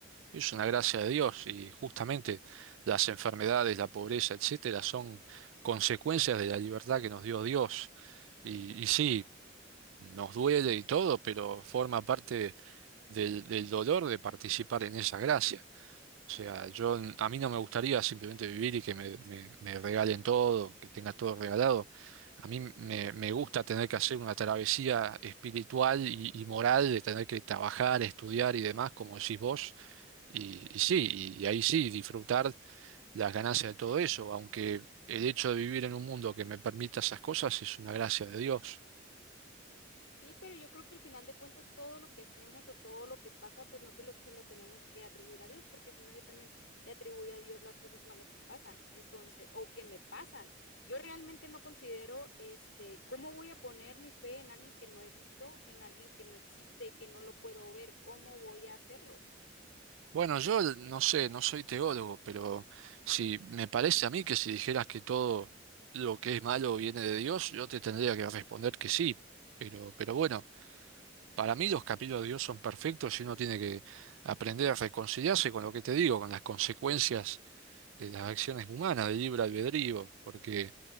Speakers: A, on the right; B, on the left.
A: Es una gracia de Dios y justamente las enfermedades, la pobreza, etcétera, son consecuencias de la libertad que nos dio Dios. Y, y sí, nos duele y todo, pero forma parte del, del dolor de participar en esa gracia. O sea, yo n- a mí no me gustaría simplemente vivir y que me, me- me regalen todo, que tenga todo regalado. A mí me, me gusta tener que hacer una travesía espiritual y, y moral de tener que trabajar, estudiar y demás, como decís vos y, y sí, y, ahí sí, disfrutar las ganancias de todo eso, aunque el hecho de vivir en un mundo que me permita esas cosas es una gracia de Dios.
B: Sí, pero yo creo que al final de cuentas todo lo que hacemos o todo lo que pasa, pues no te lo, se lo tenemos que atribuir a Dios, porque si no yo también le atribuyo a Dios las cosas malas que pasan, entonces, o que me pasan. Yo realmente no considero, este, cómo voy a poner mi fe en alguien que no he visto, en alguien que no existe, que no lo puedo ver, ¿cómo voy a hacerlo?
A: Bueno, yo no sé, no soy teólogo, pero si me parece a mí que si dijeras que todo lo que es malo viene de Dios, yo te tendría que responder que sí. Pero, pero bueno, para mí los capítulos de Dios son perfectos y uno tiene que aprender a reconciliarse con lo que te digo, con las consecuencias de las acciones humanas, del libre albedrío, porque